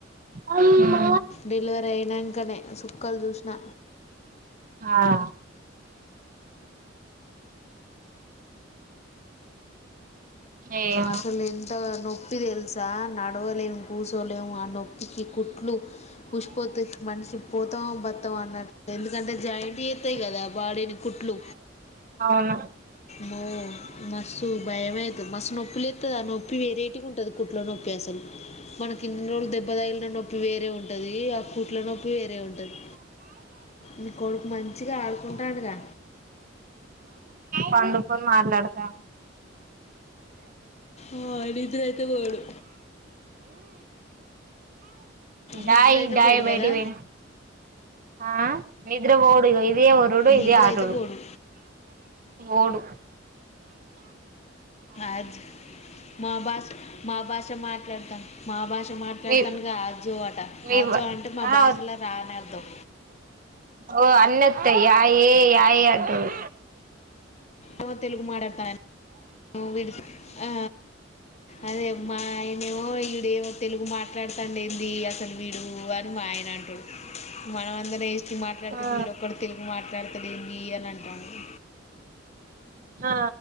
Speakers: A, on the right; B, on the left.
A: అమ్మ ఉ
B: డెలివరీ అయినాకనే సుక్కలు చూసినా
A: ఆా ఏమో
B: అసలు ఎంత నొప్పి తె తెలుసా నా నడవలేం కూర్చోలేము ఆ నొప్పికి కుట్లు ఉసిపోతే మనిషి మొత్తం బత్తం అన్నట్ ఎందుకంటే జాయింట్ చేతాయి కదా బాడీని కుట్లు
A: అవును అవును
B: మో మస్తు భయమైతుంది మస్తు నొప్పి లేతది నొప్పి వేరేటిగా ఉంటాది కుట్లో నొప్పి అసలు మనకి ఇన్ని రోజులు దెబ్బ తగిలిన నొప్పి వేరే ఉంటుది ఆ కూట్ల నొప్పి వేరే ఉంటంది నీ కొడుకు మంచిగా ఆడుకుంటాండగా
A: పండుకొని మాట్లాడతాం
B: ఆ నిద్రయితే వోడు
A: డాయి
B: నిద్రయితే
A: డాయి
B: పోడు
A: బయటికి
B: కదా
A: పోయిన ఆ నిద్ర ఓడు ఇగో ఇదే ఒరుడు
B: నిద్ర
A: ఇదే ఆటోడు
B: అయితే పోడు
A: ఓడు
B: అజ్ మా భాష మా భాష మాట్లాడతా మా భాష మాట్లాడతండుగా
A: మీ
B: ఆజో అట
A: మీ
B: ఆజు అంటే మా
A: ఆ
B: భాషలో రానర్థం
A: ఓ అన్నతయ్ యయే యయే అంటడు
B: ఏమో తెలుగు మాటాడత నువిడ్ ఆ అదేమాయనేమో వీడేమో తెలుగు మాట్లాడతాండ ఏంది అసలు వీడు అ మాయనంటడు మనం అందర మెస్టీ మాట్లాడితే
A: ఆ
B: వీడొక్కడ తెలుగు మాట్లాడతాడు ఏంది అని అంటండు
A: ఆ